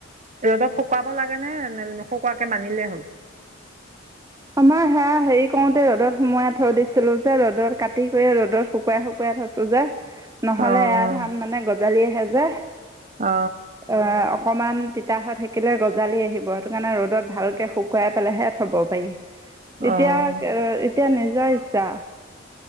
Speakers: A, on the right; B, on the right.
A: ৰ'দত শুকুৱাব লাগে নে নুশুকুৱাকে বানিলেই হ'ল
B: আমাৰ সেয়া হেৰি কৰোতে ৰ'দত সোমোৱাই থৈ দিছিলো যে ৰ'দত কাটি কৰি এ ৰ'দত শুকুৱাই শুকুৱাই থৈছো যে নহ'লে
A: অঁ
B: এয়া ধান মানে গজালি আহে যে
A: অ
B: এয়া অকণমান তিতা হৈ থাকিলে গজালি আহিব সেইটো কাৰণে ৰ'দত ভালকৈ শুকুৱাই পেলাইহে থ'ব পাৰি। এতিয়া
A: অঁ
B: কে এতিয়া নিজৰ ইচ্ছা